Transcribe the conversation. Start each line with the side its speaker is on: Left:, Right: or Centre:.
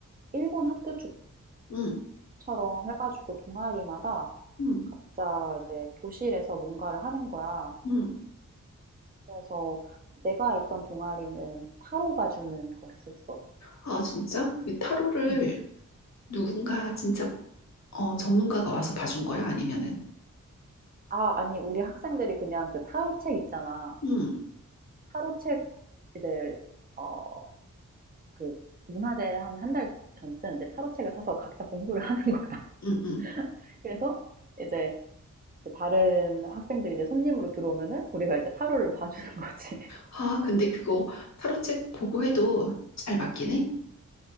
Right: 일본 학교
Left: 응,
Right: 축제처럼 해 가지고 동아리마다
Left: 응,
Right: 각자 이제 교실에서 뭔가를 하는 거야.
Left: 응.
Right: 그래서 내가 있던 동아리는 타로 봐 주는 거 했었어.
Left: 아, 진짜? 이 타로를
Right: 응.
Left: 누군가
Right: 응.
Left: 진짜 어, 전문가가 와서 봐준 거야? 아니면은?
Right: 아 아니 우리 학생들이 그냥 그 타로 책 있잖아.
Left: 응,
Right: 타로 책 이제 어 그 문화재 한 한 달 전쯤 이제 타로 책을 사서 각자 공부를 하는 거야.
Left: 응, 응.
Right: <laughs> 그래서 이제 이제 다른 학생들이 이제 손님으로 들어오면은 우리가 이제 타로를 봐 주는 거지.
Left: 아, 근데 그거 타로 책 보고 해도 잘 맞긴
Right: 음.
Left: 해?